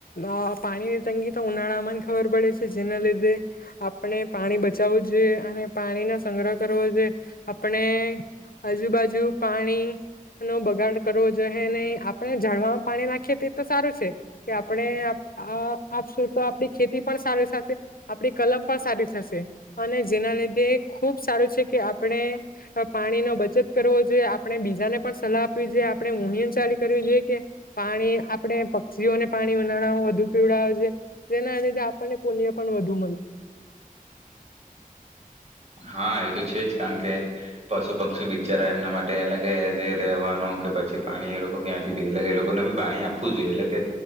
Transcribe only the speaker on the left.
અ પાણીની તંગી તો ઉનાળામાં જ ખબર પડે છે. જેના લીધે આપણે પાણી બચાવું જોઈએ અને પાણીનો સંગ્રહ કરવો જોએ. આપણે આજુબાજુ પાણી નો બગાડ કરવો જોહે નય. આપણે ઝાડવામાં પાણી નાખીએ તે તો સારું છે કે, આપણે આપ અ આપશું તો આપણી ખેતી પણ સારી સાશે, આપણી કલમ પણ સારી થશે અને જેના લીધે ખુબ સારું છે કે, આપણે અ પાણી નો બચત કરવો જોએ, આપણે બીજાને પણ સલાહ આપવી જોએ, આપણે મુહીમ ચાલુ કરવી જોએ કે, પાણી આપણે પક્ષીઓને પાણી ઉનાળામાં વધુ પીવડાવું જોએ. જેના લીધે આપણને પુણ્ય પણ વધુ મલ.